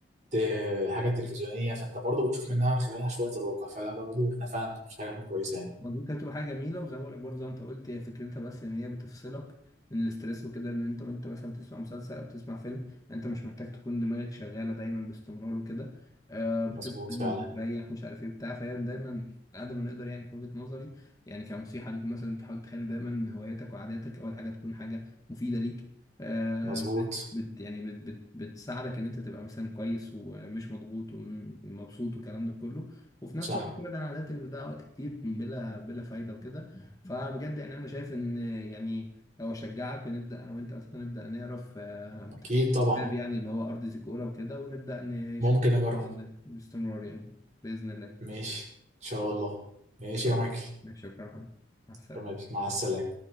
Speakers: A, on the right (about 40°); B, on the left (about 20°).
A: آه، حاجة تلفزيونية فأنت برضه بتشوف منها من خلالها شوية الواقع فده برضه إحنا فعلا مش حاجة كويسة يعني
B: مظبوط هي هتبقى حاجه جميله وزي ما بقولك برضه زي ما انت قلت هي فكرتها بس ان هي بتفصلك من الاسترس وكده ان انت وانت مثلا بتسمع مسلسل او بتسمع فيلم انت مش محتاج تكون دماغك شغاله دايما باستمرار وكده آه بتفصل
A: مظبوط فعلا
B: بتريح مش عارف ايه بتاع فهي دايما قد ما نقدر يعني في وجهه نظري يعني كنصيحه ليك مثلا تحاول تخلي دايما هواياتك وعاداتك اول حاجه تكون حاجه مفيده ليك آه
A: مظبوط
B: بت بت- يعني بت بت بتساعدك ان انت تبقى مثلا كويس ومش مضغوط ومبسوط والكلام ده كله وفي نفس
A: صح
B: الوقت كل ده انا عادات اللي بتضيع وقت كتير بلا بلا فايده وكده فبجد يعني انا شايف ان يعني لو اشجعك ونبدا انا وانت اصلا نبدا نقرا في آه،
A: أكيد طبعا
B: كتاب يعني اللي هو ارض زيكولا وكده ونبدا نشوف
A: ممكن أجرب
B: بعض باستمرار يعني باذن الله إن
A: ماشي إن شاء الله ماشي
B: شاء
A: يا
B: الله.
A: مايكل
B: ماشي شكرا يا محمد. مع السلامه
A: تمام مع السلامة